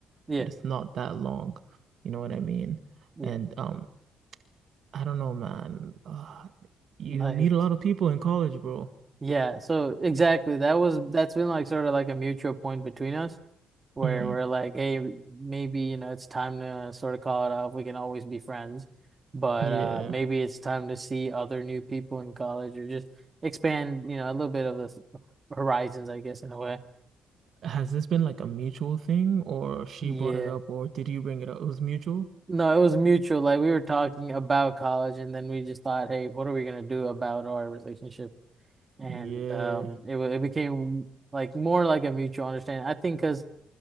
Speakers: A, on the right (about 30°); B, on the right (about 65°).
A: yeah,
B: but it's not that long. You know what I mean?
A: yeah.
B: And um, I don't know, man. <sighs> Uh, you
A: Like,
B: meet a lot of people in college, bro.
A: yeah. So exactly, that was that's been like sort of like a mutual point between us. where
B: Mm,
A: we're like, hey, maybe, you know, it's time to sort of call it off. We can always be friends, but
B: yeah.
A: uh maybe it's time to see other new people in college or just expand, you know, a little bit of the horizons, I guess, in a way.
B: Has this been like a mutual thing, or she
A: Yeah.
B: brought it up, or did you bring it up? It was mutual?
A: No, it was mutual. Like we were talking about college and then we just thought, hey, what are we gonna do about our relationship? And
B: Yeah.
A: um it wa- it became like more like a mutual understanding. I think because